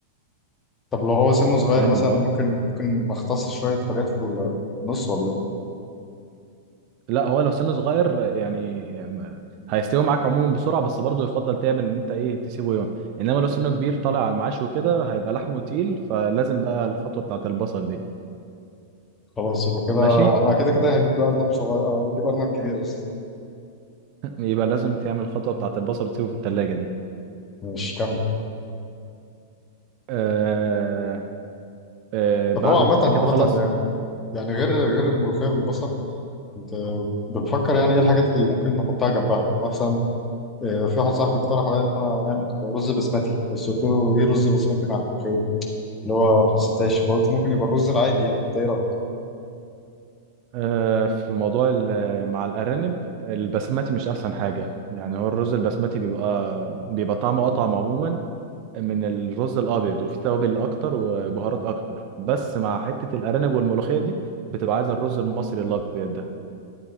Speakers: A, on the left; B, on the right.
A: طب لو هو سنه صغير
B: فاهم
A: مثلا
B: لا
A: ممكن ممكن نختص شوية حاجات في ال- في النص ولا ايه؟
B: لا هو لو سنه صغير يعني ما- هيستوي معاك عموما بسرعه بس برضه يفضل تعمل ان انت ايه تسيبه يوم انما لو سنه كبير طالع على المعاش وكده هيبقى لحمه تقيل فلازم بقى الخطوه بتاعت البصل دي
A: خلاص يبقى كده
B: ماشي
A: أنا كده كده هجيب أرنب صغير هجيب أرنب كبير قصدي
B: <laughs> يبقى لازم تعمل الخطوه بتاعت البصل وتسيبه في الثلاجه دي
A: ماشي كمل
B: آه آه
A: طب
B: بعد
A: هو عامة
B: انت
A: عامة
B: كده خلاص
A: يعني يعني غير غير الملوخية بالبصل انت بتفكر يعني ايه الحاجات اللي ممكن نحطها جنبها يعني مثلا آه، في واحد صاحبي اقترح عليا ان احنا نعمل رز بسمتي بس قلت له ايه رز بسمتي مع الملوخيه اللي هو ما حسيتهاش فقلت ممكن يبقى الرز العادي يعني انت ايه رايك
B: آه في موضوع ال- مع الارانب البسمتي مش احسن حاجه يعني هو الرز البسمتي بيبقى بيبقى طعمه اطعم عموما من الرز الابيض وفي توابل اكتر وبهارات اكتر بس مع حته الارانب والملوخيه دي بتبقى عايزه الرز المصري الابيض ده